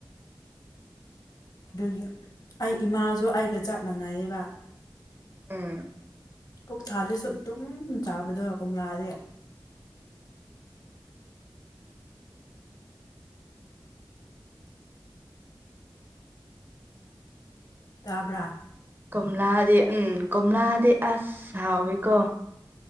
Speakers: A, on the left (about 55°); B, on the right (about 25°).
A: ꯑꯗꯨꯒꯤ ꯑꯩ ꯏꯃꯥꯁꯨ ꯑꯩꯒ ꯆꯞ ꯃꯥꯟꯅꯩꯌꯦꯕ
B: ꯎꯝ
A: ꯄꯨꯣꯛ ꯊꯥꯜꯂꯁꯨ ꯑꯗꯨꯝ ꯆꯥꯕꯗꯣꯏꯔ ꯀꯣꯝꯂꯥꯥꯁꯦ ꯇꯥꯕ꯭ꯔꯥ
B: ꯀꯝꯂꯥꯗꯤ ꯎꯝ ꯀꯣꯝꯂꯥꯗꯤ ꯑꯁ ꯍꯥꯎꯋꯤꯀꯣ